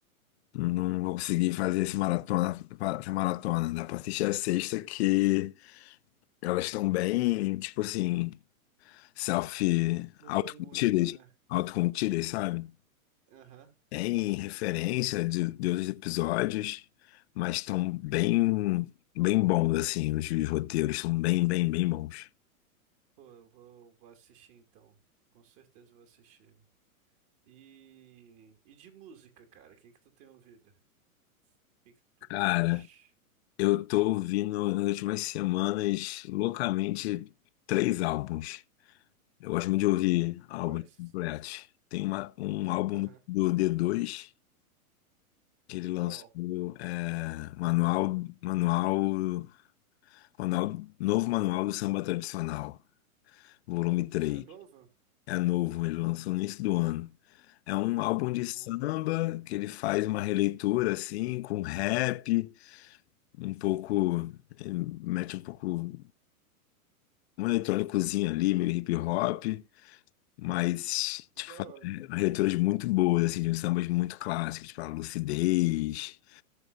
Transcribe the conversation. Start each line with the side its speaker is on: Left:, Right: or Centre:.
Left: Não vou conseguir fazer esse maratona, pa- essa maratona. Dá pra assistir a sexta que elas estão bem, tipo assim, self,
Right: Mudou
Left: autocontidas,
Right: muito, né?
Left: autocontidas, sabe?
Right: Aham.
Left: Tem referência de, de outros episódios, mas estão bem, bem bons, assim, os, os roteiros são bem, bem, bem bons.
Right: Pô, eu vou, vou assistir então. Com certeza eu vou assistir. E, e de música, cara, o que que tu tem ouvido? O que que tu
Left: Cara,
Right: curte?
Left: eu tô ouvindo nas últimas semanas loucamente três álbuns. Eu gosto muito de ouvir álbuns
Right: Quais?
Left: completos. Tem uma, um álbum
Right: Aham.
Left: do D2 que ele lançou,
Right: Qual?
Left: é, Manual, Manual, Manual, Novo Manual do Samba Tradicional, volume 3.
Right: É novo?
Left: É novo, ele lançou no início do ano. É um álbum de
Right: Não.
Left: samba que ele faz uma releitura assim, com rap, um pouco, ele mete um pouco um eletrônicozinho ali, meio hip hop, mas
Right: Da hora.
Left: umas leituras muito boas, assim, de uns sambas muito clássicos, tipo a Lucidez,